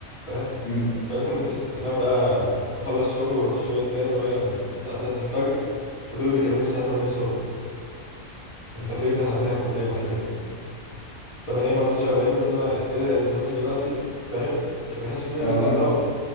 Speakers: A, on the left (about 35°); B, on the left (about 60°).
A: فاهم
B: امم
A: فلقيتهم متس... انا بقى بخلص الشغل ورحت الشغل التاني وراجع من الساعه 3 الفجر ودول بيكلموني الساعه 8 الصبح انت فين ده احنا داخلين على الكليه ومش عارف ايه فانا ايه ما رضيتش ابين له ان انا ايه ده المناقشه دلوقتي فاهم عشان ما يحسش مني
B: اه
A: باستهتار
B: فاهم